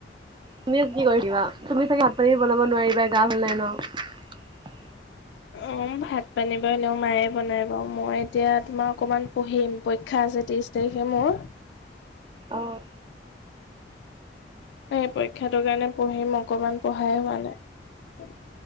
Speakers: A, on the right; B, on the left.
A: তুমি কি কৰি দিবা তুমি চাগে ভাত পানী বনাব নোৱাৰিবা গা ভাল নাই ন।
B: অ ভাত পানী বা এনেও মায়ে বনাই বা মই এতিয়া তোমাৰ অকণমান পঢ়িম পৰীক্ষা আছে- তিশ তাৰিখে মোৰ-
A: অহ'।
B: সেই পৰীক্ষাটোৰ কাৰণে পঢ়িম অকনমান পঢ়াই হোৱা নাই।